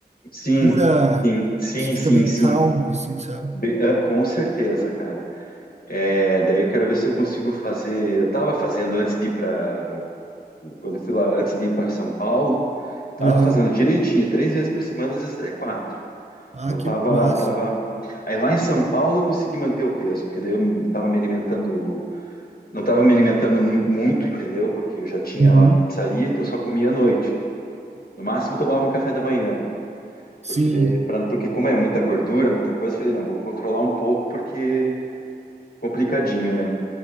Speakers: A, on the left (about 60°); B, on the right (about 40°).
A: sim,
B: cura,
A: sim, sim,
B: você fica
A: sim,
B: bem
A: sim.
B: calmo, assim, sabe?
A: Bem, é, com certeza, cara. É, daí eu quero ver se eu consigo fazer. Eu estava fazendo antes de ir para quando eu fui lá antes de ir para São Paulo, eu estava
B: Aham.
A: fazendo direitinho, três vezes por semana, às vezes até quatro.
B: Ah,
A: Então
B: que
A: tava,
B: massa.
A: tava. Aí lá em São Paulo eu consegui manter o peso, porque daí eu tava me alimentando, não tava me alimentando mui- muito, entendeu? Porque eu já tinha
B: Uhum.
A: lá a pizzaria, então eu só comia à noite. No máximo eu tomava um café da manhã,
B: Sim,
A: porque daí, pra- porque como é muita gordura, muita coisa, eu falei, não, vou controlar um pouco porque é complicadinho, né?